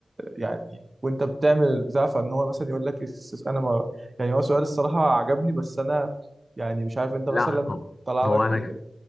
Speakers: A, on the right; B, on the left.
A: يعني وانت بتعمل البتاع فان هو مثلا يقول لك إس- انا ما يعني هو سؤال الصراحه عجبني بس انا يعني مش عارف انت
B: لا
A: مثلا طلع
B: هو
A: لك
B: انا
A: ايه